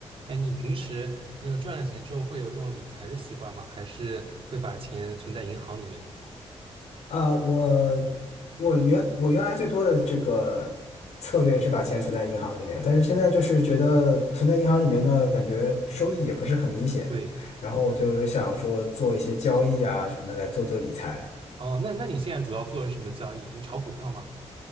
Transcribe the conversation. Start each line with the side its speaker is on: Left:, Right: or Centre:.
Right: 哎，你平时那个赚了钱之后会有这种理财的习惯吗？还是会把钱存在银行里面？
Left: 啊，我我原我原来最多的这个策略是把钱存在银行里面，但是现在就是觉得存在银行里面呢，感觉收益也不是很明显，
Right: 对，
Left: 然后我就想说做一些交易啊什么的来做做理财。
Right: 哦，那那你现在主要做的是什么交易？你炒股票吗？